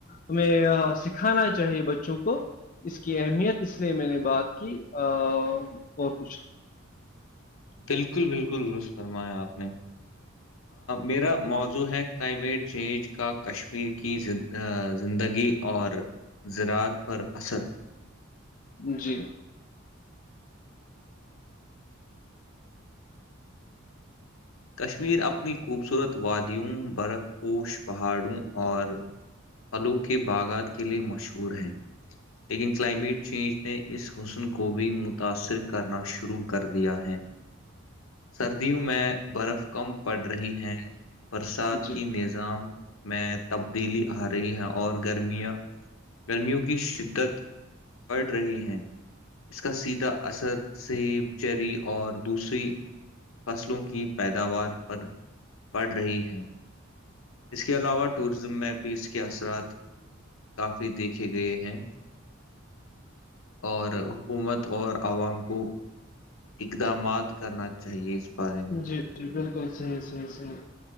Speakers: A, on the left; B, on the left.
A: ہمیں سکھانا چاہیے بچوں کو اس کی اہمیت اس لیے میں نے بات کی اور کچھ
B: بالکل بالکل رس فرمایا آپ نے میرا موضوع ہے کلائمیٹ چینج کا کشمیر کی زندگی اور زراعت پر اثر
A: جی
B: کشمیر اپنی خوبصورت وادیوں برف پوش پہاڑوں اور پلو کے باغات کے لیے مشہور ہیں لیکن کلائمیٹ چینج نے اس حسن کو بھی متاثر کرنا شروع کر دیا ہے سردیوں میں برف کم پڑ رہی ہے برسات
A: جی
B: کی نز ایگزام میں تبدیلی آ رہی ہے اور گرمیاں گرمیوں کی شدت بڑھ رہی ہے اس کا سیدھا اثر سیب چری اور دوسری فصلوں کی پیداوار پر پڑ رہی ہے اس کے علاوہ ٹوریزم میں بھی اس کے اثرات کافی دیکھے گئے ہیں اور حکومت اور عوام کو اقدامات کرنا چاہیے اس بارے میں
A: جی جی بالکل صحیح صحیح صحیح